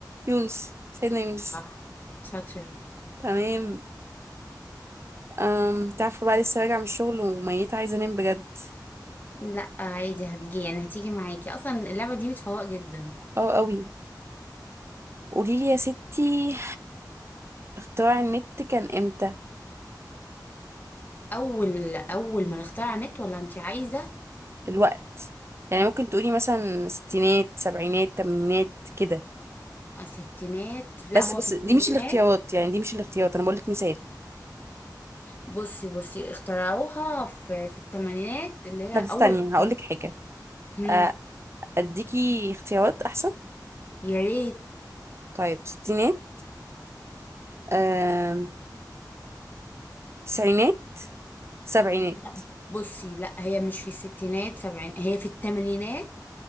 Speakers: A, on the right; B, on the left.
A: يونس سيدنا يونس
B: صح شاطرة
A: تمام أم تعرفوا بقى لسه راجعة من الشغل وميتة عايزة أنام بجد
B: لا عادي هتجي يعني هتيجي معاكي أصلا اللعبة دي بتفوق جدا
A: اه قوي قوليلي يا ستي اختراع النت كان امتى
B: اول اول ما نختار على النت ولا انت عايزه
A: الوقت يعني ممكن تقولي مثلا ستينات سبعينات تمانينات كده
B: آه، ستينات لا
A: بس
B: هو
A: بس
B: في الثمانينات
A: دي مش الاختيارات يعني دي مش الاختيارات انا بقولك مثال
B: بصي بصي اخترعوها في في الثمانينات اللي هي
A: طب استني
B: اول التسعينات.
A: هقولك حاجة
B: هم،
A: آه، اديكي اختيارات احسن
B: يا ريت
A: طيب ستينات آم، تسعينات سبعينات
B: لا بصي لا هي مش في الستينات سبعين هي في الثمانينات